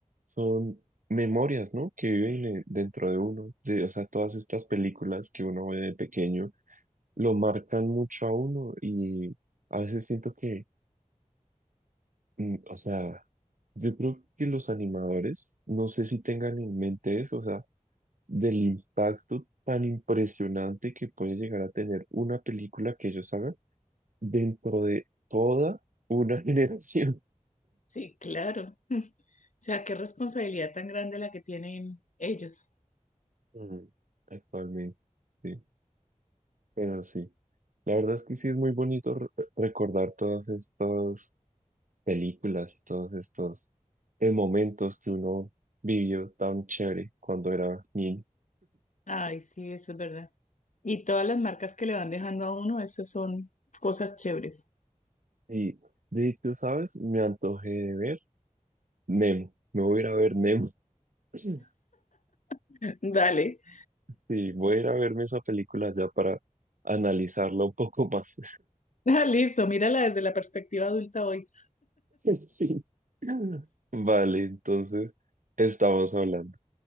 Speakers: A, on the right (about 75°); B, on the left (about 65°).
A: son memorias, ¿no? Que viven en- dentro de uno. De- o sea, todas estas películas que uno ve de pequeño lo marcan mucho a uno y a veces siento que Mm, O sea, yo creo que los animadores, no sé si tengan en mente eso, o sea, del impacto tan impresionante que puede llegar a tener una película que ellos hagan dentro de toda una <laughs> generación
B: Sí, claro. <laughs> O sea, qué responsabilidad tan grande la que tienen ellos.
A: Mm, actualmente. Sí, pero sí. La verdad es que sí es muy bonito re- recordar todas estas películas y todos estos eh, momentos que uno vivió tan chévere cuando era niño.
B: Ay, sí, eso es verdad. Y todas las marcas que le van dejando a uno, eso son cosas chéveres.
A: Y de hecho, ¿sabes? Me antojé de ver Nemo. Me voy a ir a ver Nemo. <clears throat> Sí,
B: <laughs> Dale. <laughs>
A: Sí, voy a ir a verme esa película ya para analizarla un poco más.
B: Ah, listo, mírala desde la perspectiva adulta hoy.
A: <laughs> Sí. Vale, entonces estamos hablando.